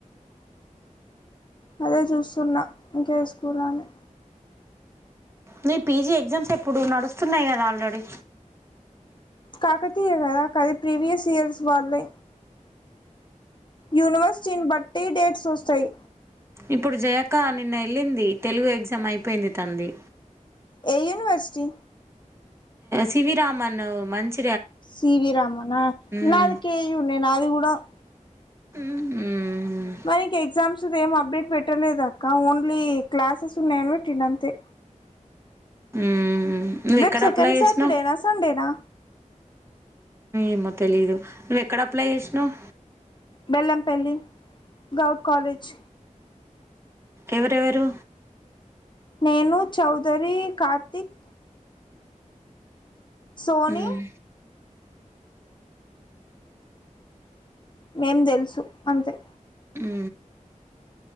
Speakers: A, on the left (about 35°); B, on the right (about 20°).
A: అదే చూస్తున్నా ఇంకే స్కూల్ అని
B: మీ పీజీ ఎగ్జామ్స్ ఎప్పుడు నడుస్తున్నాయి కదా ఆల్రెడీ
A: కాకతీయ కదా కది ప్రీవియస్ ఇయర్స్ వాళ్లే యూనివర్సిటీని బట్టి డేట్స్ వస్తాయి
B: ఇప్పుడు జయక నిన్న వెళ్ళింది తెలుగు ఎగ్జామ్ అయిపోయింది తండ్రి
A: ఏ యూనివర్సిటీ
B: శివరామన్ మంచించి
A: సిి వి రామనా
B: మ్మ్.
A: నా అది కేయన్నే నా అది కూడాడా
B: హ్మ్
A: మనకి ఎగజా ఏం అప్డేట్ పెట్టలేదు అక్క ఓన్లీ క్లాసెస్ ఉన్నాయని పెట్టింది అంతే
B: ఉహు నువ్
A: రేపు
B: ఎక్కడ
A: సెకండ్
B: అప్లై చేసినావు
A: సాటర్డేనా సండేనా
B: ఏమో తెలీదు నువ్వు ఎక్కడ అప్లై చేసినావు
A: బెల్లంపల్లి గౌడ్ కాలేజ్
B: ఎవరెవరు
A: నేను, చౌదరి, కార్తిక్ సోని
B: హ్మ్
A: మేం తెలుసు అంతే
B: ఉ